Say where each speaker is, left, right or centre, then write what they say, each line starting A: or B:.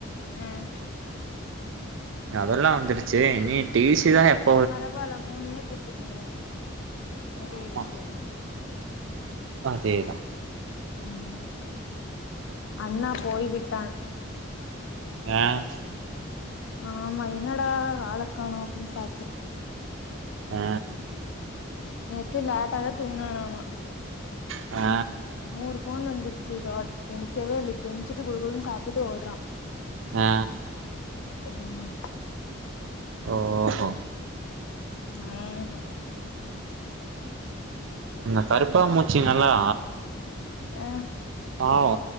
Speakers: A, on the left (about 65°); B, on the right (about 65°).
A: ம்
B: அதெல்லா வந்துடுச்சி இனி டி சி தா எப்
A: பரவால்ல மூணுமே குடுத்துவுட்டாங்களே பெரிய
B: ஆமா
A: விஷயோ தா
B: அதேதா
A: ம் அண்ணா போய்விட்டான்
B: ஏயே
A: ஆமா என்னடா ஆளக் காணு அப்டின்னு பாத்தே
B: ஆ
A: நேத்து லேட்ட தா தூங்கனானமா
B: ஆ
A: நூறு ஃபோன் வந்துருச்சி இதோட நிக்கவே இல்ல இப்பெணிச்சிட்டு குடுகுடுனு சாப்டுட்டு ஓட்றா
B: ஆ
A: ம்
B: ஓஹோ
A: ம் ம்
B: இந்த கருப்பா மூச்சிங்கள்லா
A: ஆ
B: பாவோ